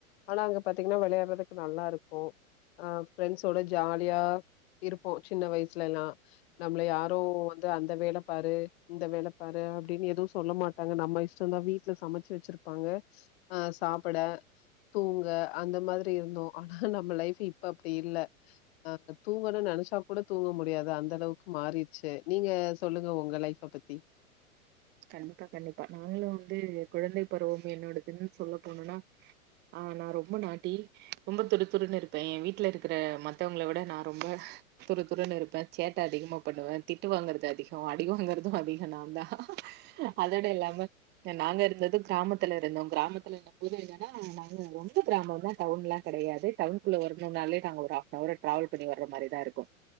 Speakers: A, on the left; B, on the right.
A: ஆனா அங்க பாத்தீங்கன்னா விளையாடுறதுக்கு நல்லா இருக்கு ஆஹ் ஃபிரண்ட்ஸ்வோட ஜாலியா இருப்போம் சின்ன வயிசுலயெல்லா நம்முள யாரு வந்து அந்த வேல பாரு இந்த வேலப்பாரு அப்டின்னு எதுவு சொல்ல மாட்டாங்க நம்ம இஷ்டம்தா வீட்டுல சமச்சி வச்சிருப்பாங்க அஹ் சாப்பிட தூங்க அந்த மாதிரி இருந்தோ ஆனா நம்ம லைஃப் இப்ப அப்புடி இல்ல அஹ் தூங்கனும் நனைச்சா கூட தூங்க முடியாது அந்த அளவுக்கு மாறியிருச்சி நீங்க சொல்லுங்க உங்க லைஃப் பத் தி
B: கண்டிப்பா கண்டிப்பா நாங்களும் வந்து குழந்தை பருவம் என்னோடதுன்னு சொல்ல போனும்னா ஆஹ் நா ரொம்ப நாட்டி ரொம்ப துருத்துருன்னு இருப்பேன் ஏ வீட்டுல இருக்குற மத்தவங்குள விட நா ரொம்ப துருத்துருன்னு இருப்பே சேட்ட அதிகமா பண்ணுவே திட்டு வாங்கறது அதிகோ அடி வாங்குறது அதிக நாந்தா அதோட இல்லாம நாங்க இருந்தது கிராமத் த்துல இருந்தோம் கிராமத்து இருந்த போது என்னனா நாங்க ரொம்ப கிராமம் தா டவுன்ல்லா கெடையாது டவுன்குள்ள வரணும்னாலே நாங்க ஒரு ஹாஃப்னவர் ட்ராவல் பண்ணி வர மாரி தான் இருக்கும்